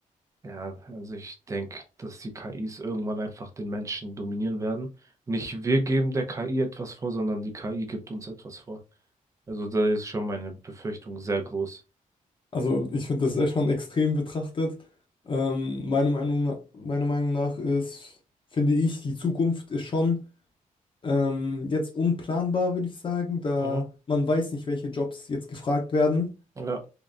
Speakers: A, on the right; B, on the left.
A: ja, also ich denke, dass die KIs irgendwann einfach den Menschen dominieren werden. Nicht wir geben der KI etwas vor, sondern die KI gibt uns etwas vor. Also da ist schon meine Befürchtung sehr groß.
B: Also ich finde, das ist echt schon extrem betrachtet. Ähm, meiner Meinung nach, meiner Meinung nach ist, finde ich, die Zukunft ist schon ähm, jetzt unplanbar, würde ich sagen, da
A: Mhm.
B: man weiß nicht, welche Jobs jetzt gefragt werden.
A: Ja.